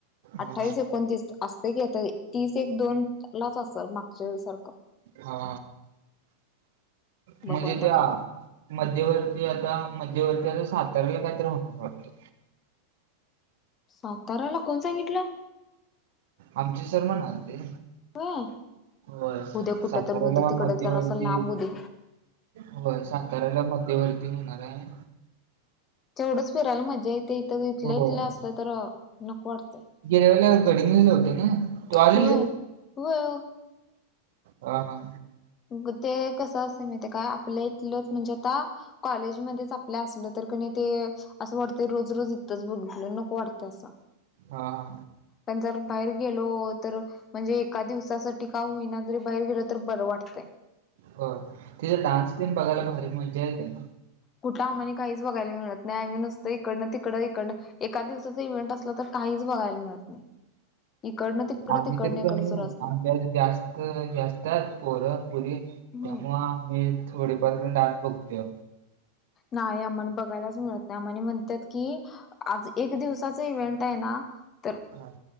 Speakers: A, on the left; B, on the right.
A: अठ्ठावीस
B: हा
A: एकोणतीस अस्त येत तीस एक दोन लाच असेल मागच्या वेळेसारखं.
B: हा
A: बघू
B: म्हणजे
A: आता
B: त्या
A: काय
B: मध्यवर्ती आता मध्यवर्ती आता सातारला काहीतरी होणार वाटतं.
A: साताऱ्याला कोण सांगितलं?
B: आमचे सर म्हणाल ते
A: होय
B: होय
A: उद्या कुठं
B: साताऱ्याला
A: तर होऊ दे तिकड
B: मध्यवर्ती
A: जर असं लांब होऊ दे
B: होय साताऱ्याला मध्यवर्ती होणारा ए
A: तेवढंच फिरायला मजा येते इथ इथल्या
B: होय
A: इथल्या असलं तर नको वाटतंय.
B: गेल्या वला घडी निघले होते ना? तो आला
A: होय
B: नाहीये?
A: होय
B: हा आ
A: ग ते कसं असत माहिेतिये का आपल्या इथलंच म्हणजे आता कॉलेजमध्येच आपल्या असल तर क न ते असं वाटतंय रोज रोज इतथंच बघितलं नको वाटतंय असां
B: हा आ
A: पण जर बाहेर गेलो तर... म्हणजे एका दिवसासाठी का होईना जरी बाहेर गेलो तर बरं वाटतंय
B: हो तिथ <unintelligible> डान्स बघायला भारी मज्जा येते ना
A: कुठं आम्हाली काहीच बघायला मिळत नाही आम्ही नुसतं इकडनं तिकडं इकडं एका दिवसाचं इव्हेंट असलं तर.. काहीच बघायला मिळत नाही. इकडनं तिकडं
B: आम्ही
A: तिकडनं
B: तरी
A: इकडं
B: क नाही
A: सुरू असतय.
B: आमच्या जास्त जास्त पोरं पोरी त्यामुळे
A: हम्म
B: आम्ही थोडेफार पण डान्स बघतो.
A: नाही आमानी बघायलाच मिळत नाही आम्हानी म्हणतात की आज एक दिवसाच इव्हेंट आहे ना तर
B: हा